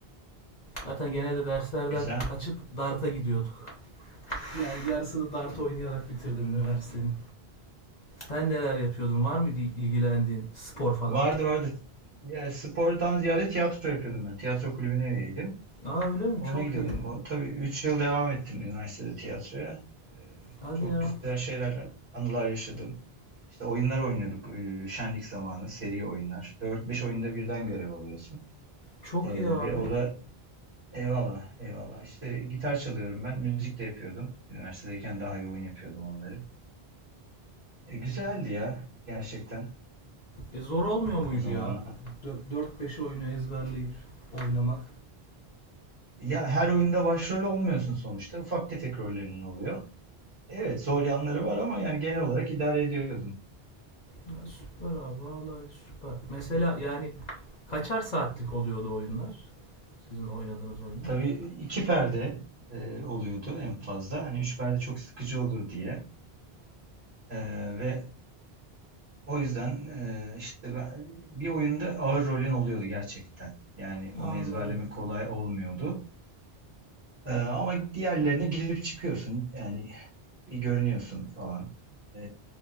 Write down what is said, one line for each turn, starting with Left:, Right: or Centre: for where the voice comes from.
Left: Zaten genelde derslerden
Right: Güzel.
Left: kaçıp darta gidiyorduk. Yani yarısını dart oynayarak bitirdim üniversitenin. Sen neler yapıyordun? Var mıydı ilgilendiğin spor falan?
Right: Vardı vardı. Ya, spordan ziyade tiyatro yapıyordum ben. Tiyatro kulübüne üyeydim.
Left: Aa öyle mi?
Right: Ona
Left: Çok
Right: gidiyordum.
Left: iyi.
Right: O, tabii 3 yıl devam ettim üniversitede tiyatroya. Ee,
Left: Hadi
Right: çok
Left: ya.
Right: güzel şeyler, anılar yaşadım. İşte oyunlar oynuyorduk ee, şenlik zamanı, seri oyunlar. Dört beş oyunda birden görev alıyorsun.
Left: Çok
Right: Ee,
Left: iyi abi.
Right: ve o da eyvallah, eyvallah. İşte gitar çalıyorum ben. Müzik de yapıyordum. Üniversitedeyken daha yoğun yapıyordum onları. E, güzeldi ya gerçekten
Left: E zor olmuyor muydu
Right: o zamanlar.
Left: ya? 4-5 oyunu ezberleyip oynamak.
Right: Ya her oyunda başrol olmuyorsun sonuçta. Ufak tefek rollerin oluyor. Evet zor yanları var ama yani genel olarak idare ediyordum.
Left: Ya süper abi vallahi süper. Mesela yani kaçar saatlik oluyordu oyunlar? Sizin oynadığınız oyunlar?
Right: Tabii iki perde e, oluyordu en fazla. Hani üç perde çok sıkıcı olur diye. E, ve o yüzden e, işte ben, bir oyunda ağır rolün oluyordu gerçekten. Yani onu
Left: Anladım.
Right: ezberlemek kolay olmuyordu. E, ama diğerlerine girip çıkıyorsun. Yani bir görünüyorsun falan. E,